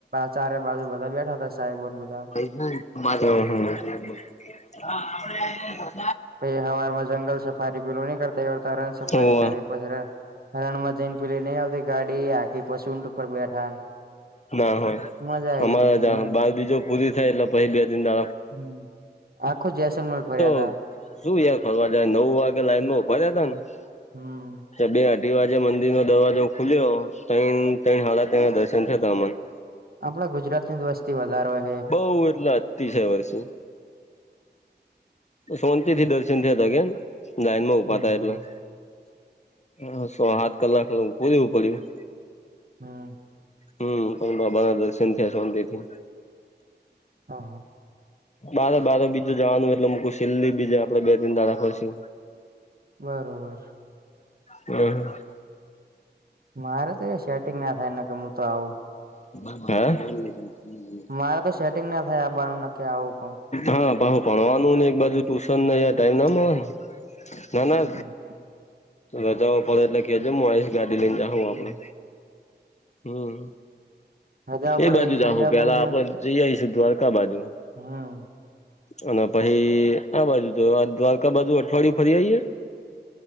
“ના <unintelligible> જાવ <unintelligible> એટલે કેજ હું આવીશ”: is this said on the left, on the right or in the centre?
Left